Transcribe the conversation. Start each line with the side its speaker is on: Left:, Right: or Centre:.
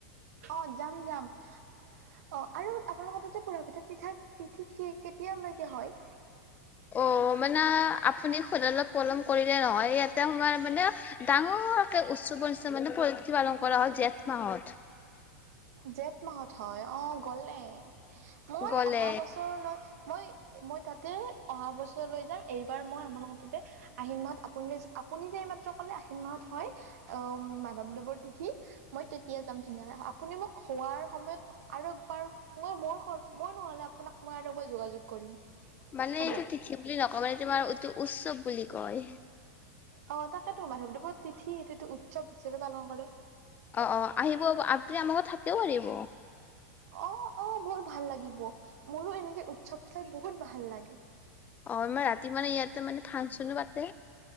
Right: অ' যাম যাম অ আৰু আপোনালোক ততে পুৰা পিত তিঠা তিথি কেতিয়ালৈকে হয়
Left: অ' মানে আপুনি সদায় অলপ পলম কৰিলে নহয় ইয়াতে সোমাৰ মানে ডাঙৰ উৎসৱৰ নিচিনা মানে পালন কৰা হয় জেঠ মাহত।
Right: জেঠ মাহত হয় অ গ'লে। মই
Left: গ'লে
Right: অহা বছৰলৈত মই। মই তাতে অহা বছৰ লৈ যাম এইবাৰ মই আমোনাৰোকতোতে আহিন মাহত আপুনিৈ আপুনি যে এই মাত্ৰ ক'লে আহিন মাহত হয় অ মাধৱদেৱৰ তিথি কি মই তেতিয়া যাম ধুনীয়া আপুনি মোক। হোৱাৰ সময়ত আৰু একবাৰ মই মোৰ। মই নহ'লে আপোনাক মই আৰু। যোগাযোগ কৰিম।
Left: মানে
Right: হ'ব
Left: এইটো তিথি বুলি নকওঁ মানে তোমাৰ এইটো উৎসৱ বুলি। হয়।
Right: অ তাকেতো মাধৱ দেৱৰ তিথি তিথি এইটো উৎসৱ। সবে পালন কৰে।
Left: অ অ আহিব আপুনি আমাৰ ঘৰত থাকিব পাৰিব
Right: অ' অ 'বহুত ভাল লাগিব মোৰো এনেকে উৎসৱ চাই বহুত ভাল লাগে
Left: অ ইমান ৰাতি মানে ইয়াতে মানে ফাংচনো পাতে।